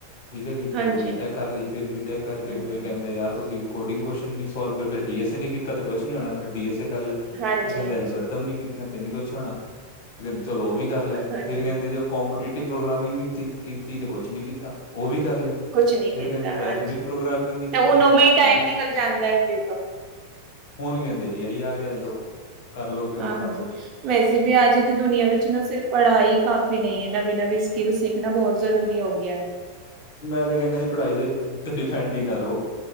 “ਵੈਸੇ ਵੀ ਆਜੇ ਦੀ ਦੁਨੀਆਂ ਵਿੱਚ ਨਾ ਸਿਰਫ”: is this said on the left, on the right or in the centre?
Right